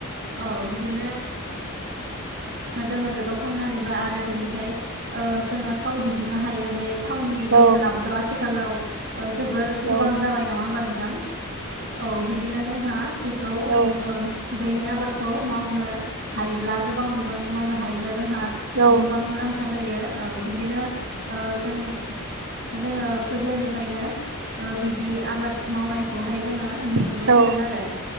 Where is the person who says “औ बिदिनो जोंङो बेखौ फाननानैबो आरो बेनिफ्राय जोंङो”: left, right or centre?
Right